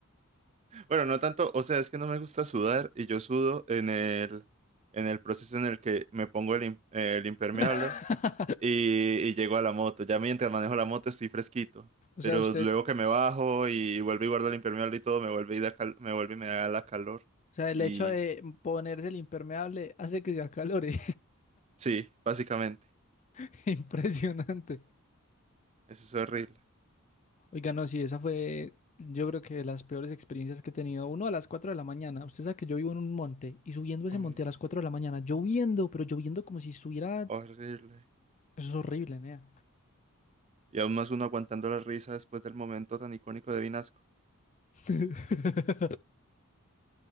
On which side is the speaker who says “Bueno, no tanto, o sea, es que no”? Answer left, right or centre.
Right